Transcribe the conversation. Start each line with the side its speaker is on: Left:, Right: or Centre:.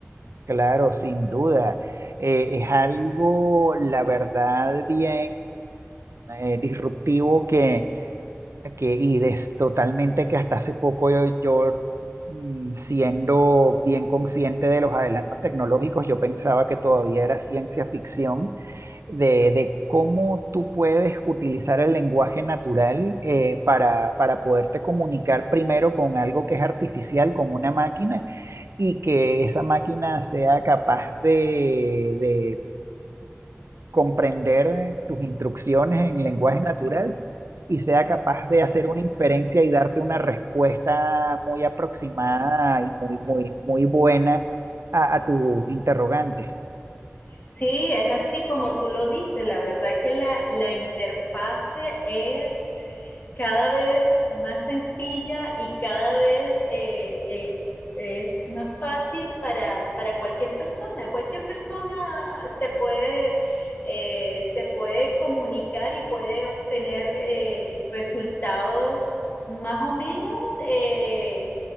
Right: Claro, sin duda. Eh, es algo, la verdad, bien eh, disruptivo que que, y des- totalmente que hasta hace poco yo, yo, mm, siendo bien consciente de los adelantos tecnológicos, yo pensaba que todavía era ciencia ficción, de, de cómo tú puedes utilizar el lenguaje natural eh, para, para poderte comunicar primero con algo que es artificial, con una máquina, y que esa máquina sea capaz de, comprender eh, tus instrucciones en lenguaje natural y sea capaz de hacer una inferencia y darte una respuesta muy aproximada y muy, muy, muy buena a, a tus interrogantes.
Left: Sí, es así como tú lo dices. La verdad que la, la interfase es cada vez más sencilla y cada vez eh, eh, es más fácil para, para cualquier persona. Cualquier persona se puede, eh, se puede comunicar y puede obtener eh, resultados más o menos eh,